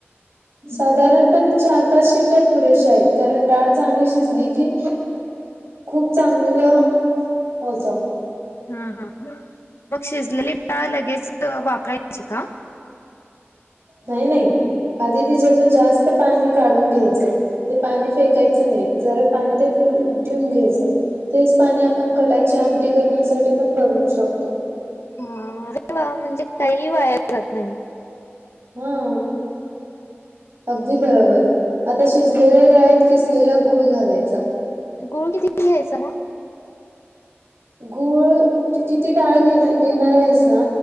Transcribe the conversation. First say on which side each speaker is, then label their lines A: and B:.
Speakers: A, on the right; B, on the left.
A: साधारणपणे चार पाच शिट्या पुरेशा आहेत कारण डाळ चांगली शिजली की. खूप चांगलं होतं.
B: हा हा मग शिजलेली डाळ लगेच वापरायची का.
A: हो नाही आधी तीच्यातलं जास्त पाणी काढून घ्यायचं. ते पाणी फेकायचं नाही जर पाणी
B: हा
A: ते ठेवून घ्यायचं. तेच पाणी आपण कटाची आमटी करण्यासाठी पण बनवू शकतो.
B: ह झाल म्हणजे काहीही वायाला जात नाही.
A: हा अगदी बरोबर, आता शिजलेल्या डाळीत किसलेला गुळ घालायचा.
B: गुळ किती घ्यायचा मग?
A: गूळ तू किती डाळ घे घेणार आहेस ना.